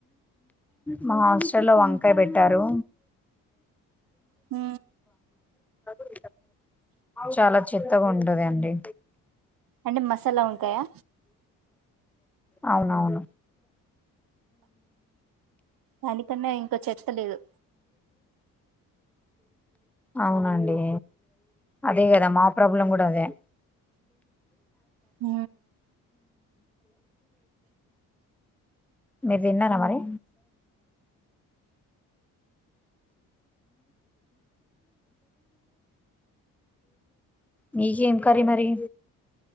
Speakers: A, in the centre; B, on the right.
A: మా హాస్టల్ వంకాయ పెట్టారు
B: హ
A: రా చాలా చెత్తగా ఉంటదండి
B: అంటే మసాలా ఉంటాయా
A: అవునవును
B: దానికన్నా ఇంకో చెత్తలేదు
A: అవునండి అదే కదా మా ప్రాబ్లం కూడా అదే
B: హ
A: మీరు విన్నారా మరి మీీకేం కరీ మరి